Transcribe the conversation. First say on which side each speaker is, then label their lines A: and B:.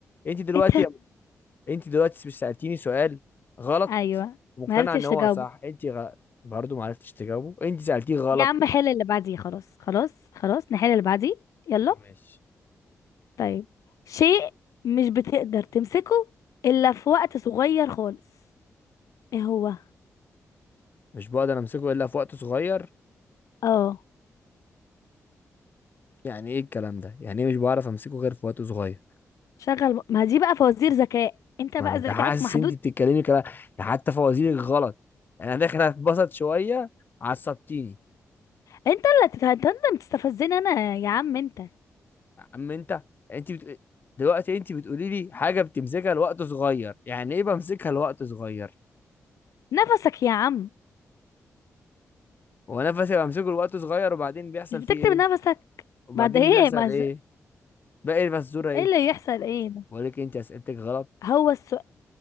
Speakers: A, on the left; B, on the left.
A: انت دلوقتي
B: انت
A: انت دلوقتي سألتيني سؤال غلط
B: <laughs> ايوه
A: مقتنع
B: ما عرفتش
A: ان هو
B: تجاوبه
A: صح انت غ... برضه ما عرفتش تجاوبه انت سألتيه غلط
B: يا عم حل اللي بعديه خلاص خلاص خلاص نحل اللي بعديه يلا
A: ماشي
B: طيب شيء مش بتقدر تمسكه الا في وقت صغير خالص ايه هو
A: مش بقدر امسكه الا في وقت صغير
B: اه
A: يعني ايه الكلام ده يعني ايه مش بعرف امسكه غير في وقت صغير
B: شغل ما دي بقى فوازير ذكاء انت
A: ما
B: بقى
A: انت
B: ذكائك
A: حاسس
B: محدود
A: انت بتتكلمي كلام حتى فوازيرك غلط يعني انا داخل اتبسط شويه عصبتيني
B: انت اللي تت- انت اللي بتستفزني انا يا عم انت
A: اما انت انت بت... دلوقتي انت بتقولي لي حاجه بتمسكها لوقت صغير يعني ايه بمسكها لوقت صغير
B: نفسك يا عم
A: هو نفسي بمسكه الوقت صغير وبعدين بيحصل
B: مش بتكتب
A: فيه ايه
B: نفسك
A: وبعدين
B: بعد ايه
A: بيحصل
B: ما
A: ايه باقي الفزوره ايه
B: ايه اللي يحصل ايه ده
A: بقول لك انت اسئلتك غلط
B: هو السؤال